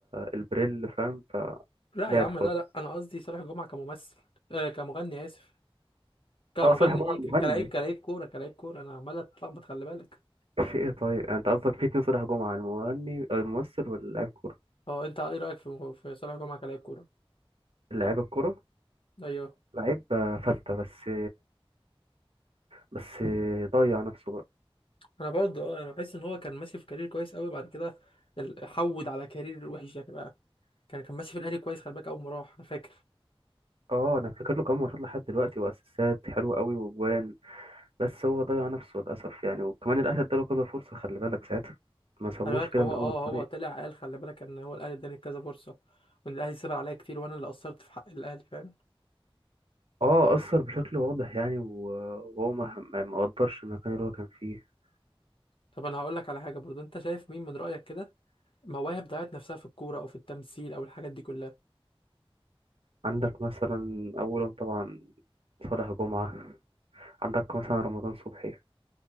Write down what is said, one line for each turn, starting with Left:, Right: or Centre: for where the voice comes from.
Right: البريل فاهم فبعد
Left: لا يا عم
Right: خالص
Left: لا لا انا قصدي صالح جمعة كممثل آه كمغني اسف كمغني
Right: اه صالح جمعة
Left: ايه
Right: المغني
Left: ك- كلاعب كلاعب كورة كلاعب كورة انا عمال اتلخبط خلي بالك
Right: في ايه طيب انت قصدك في اتنين صالح جمعة المغني الممثل واللاعب كورة
Left: اه انت ايه رأيك في في صالح جمعة كلاعب كورة
Right: اللاعب الكورة
Left: ايوه
Right: لعيب آه، فلتة بس بس ضيع نفسه بقى
Left: انا برضه اه انا بحس ان هو كان ماشي في كارير كويس قوي بعد كده ال- حود على كارير وحش يعني بقى كان كان ماشي في الاهلي كويس خلي بالك اول ما راح انا فاكر
Right: اه انا فاكر له كام ماتش لحد دلوقتي واسيستات حلوه قوي واجوان بس هو ضيع نفسه للأسف يعني وكمان الأهلي اداله كذا فرصة خلي بالك ساعتها ما سابوش
Left: خلي بالك
Right: كده
Left: هو
Right: من أول
Left: اه
Right: الطريق
Left: هو طلع قال خلي بالك ان هو الاهلي اداني كذا فرصه وان الاهلي سيب عليا كتير وانا اللي قصرت في حق الاهلي فاهم
Right: اه أثر بشكل واضح يعني و- وهو ما ما ما قدرش المكان اللي هو كان فيه
Left: طب انا هقول لك على حاجه برضو انت شايف مين من رايك كده مواهب ضيعت نفسها في الكوره او في التمثيل او الحاجات دي كلها
Right: عندك مثلا أولهم طبعا صالح جمعة عندك مثلا رمضان صبحي